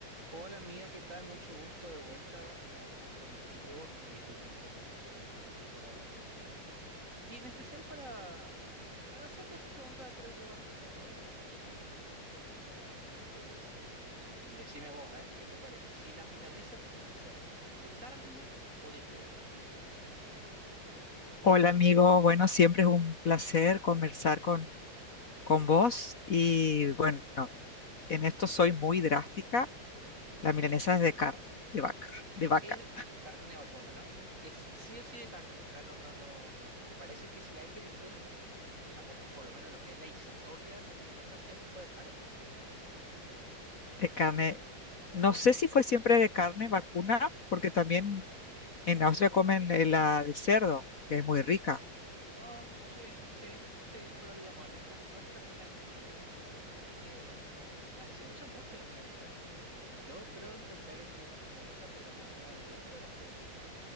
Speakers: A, on the right (about 35°); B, on the left (about 45°).
A: Hola amiga, ¿qué tal? Mucho gusto de vuelta una vez más contigo y estoy muy feliz, muy feliz de poder hablar contigo. Y en especial para hacerte esta pregunta, creo yo, bastante polémica, ¿eh? Bastante polémica, la verdad, que es, y, y decime vos, ¿eh? ¿Qué te parece? Si la milanesa tiene que ser de carne o de pollo.
B: Hola amigo, bueno, siempre es un placer conversar con, con vos y bueno, en esto soy muy drástica.
A: Ujú.
B: La milanesa es de carne, de vaca, de vaca,
A: Es de carne vacuna, ¿no? Es sí o sí de carne, ¿verdad? No, no, no, no. ¿Te parece que si hay que elegir, o sea, o por lo menos lo que es la historia de la milanesa siempre fue de carne,
B: de carne.
A: vacuna?
B: No sé si fue siempre de carne vacuna, porque también
A: Ujú.
B: en Austria comen eh, la de cerdo, que es muy rica.
A: Ah, sí, sí, sí, pero digamos, en nuestras, nuestras latitudes eh, ah, se usa mucho la milanesa de pollo y, y yo creo entender que, que la milanesa de pollo, más allá del gusto de las personas,